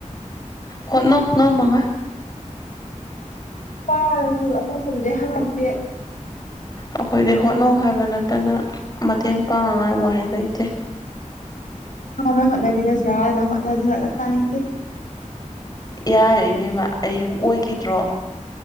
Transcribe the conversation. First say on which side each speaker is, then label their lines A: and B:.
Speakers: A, on the left; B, on the left.
A: ꯍꯣꯠꯅꯧ ꯉꯃꯉꯥꯏ
B: ꯄꯥꯔꯁꯨ ꯑꯀꯣꯕꯗꯨꯗꯤ ꯍꯪꯉꯛꯇꯦ
A: ꯑꯩꯈꯣꯏꯗꯤ ꯍꯣꯠꯅꯧ ꯍꯥꯏꯕ ꯅꯠꯇꯅ ꯃꯇꯦꯡ ꯄꯥꯡꯅꯉꯥꯏ ꯋꯥꯍꯩ ꯂꯩꯇꯦ
B: ꯍꯥꯟꯅ ꯍꯣꯠꯅꯃꯤꯟꯅꯁꯨ ꯌꯥꯔꯦꯅ ꯍꯣꯠꯅꯗ꯭ꯔꯒ ꯇꯥꯅꯤꯡꯗꯦ
A: ꯌꯥꯔꯦ ꯏꯕꯦꯝꯃ ꯑꯩꯕꯨ ꯑꯣꯏꯈꯤꯗ꯭ꯔꯣ